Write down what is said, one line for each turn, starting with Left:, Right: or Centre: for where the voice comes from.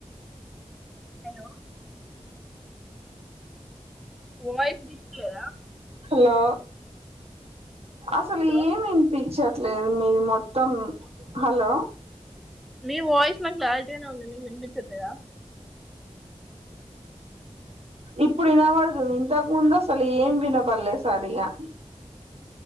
Centre: hello voice కులే
Right: హలో అసలు
Centre: హలో
Right: ఏమి వినిపించట్లేదు మీరు మొత్తం హలో
Centre: మీ వాయిస్ నాకు క్లారిటీగానే ఉంది వినిపించట్లేద
Right: ఇప్పుడు వినబడతుంది. ఇంతకు ముందు అసలు ఏం వినబడలే సరిగా